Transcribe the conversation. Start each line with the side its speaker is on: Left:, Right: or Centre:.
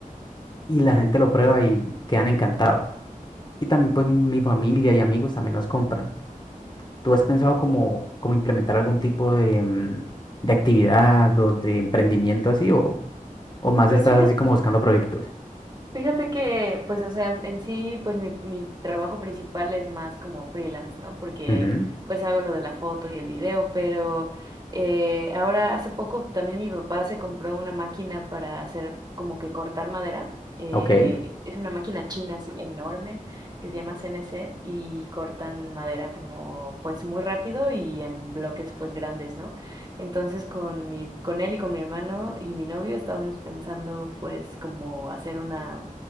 Left: y la gente lo prueba y quedan encantados. Y también pues mi familia y amigos también nos compran. ¿Tú has pensado como, como implementar algún tipo de, mm, de actividad o de emprendimiento así o, o más
Right: Pues
Left: estás
Right: fíjate,
Left: así como buscando proyectos?
Right: fíjate que, pues, o sea, en sí, pues mi, mi trabajo principal es más como freelance, ¿no? Porque
Left: Ujú,
Right: pues hago lo de la foto y el video, pero eh, ahora hace poco también mi papá se compró una máquina para hacer como que cortar madera. Eh,
Left: Ok,
Right: es una máquina china así enorme que se llama CNC y cortan madera como pues muy rápido y en bloques pues grandes, ¿no? Entonces con mi, con él y con mi hermano y mi novio estábamos pensando pues como hacer una